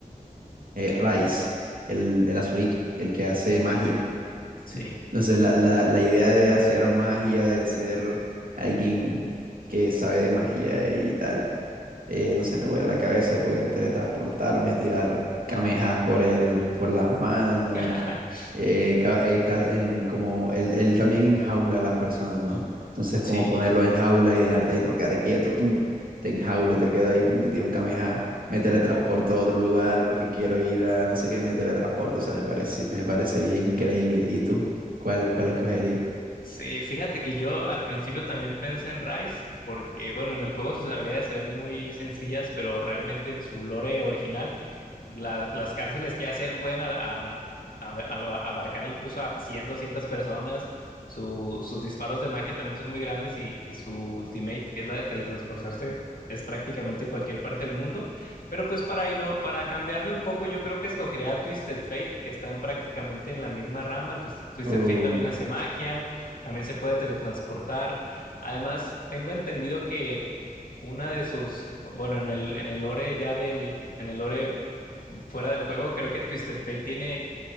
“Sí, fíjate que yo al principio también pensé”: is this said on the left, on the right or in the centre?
Left